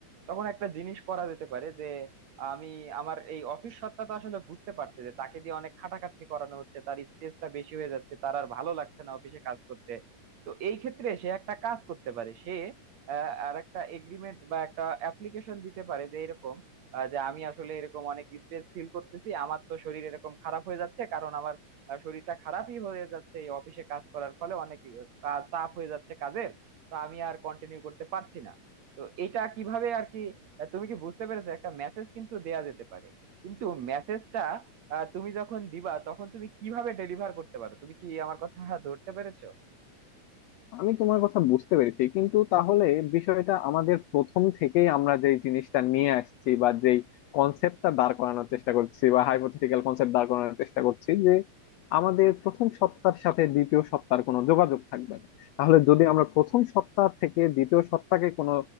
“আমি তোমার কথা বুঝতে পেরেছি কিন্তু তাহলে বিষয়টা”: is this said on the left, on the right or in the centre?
Left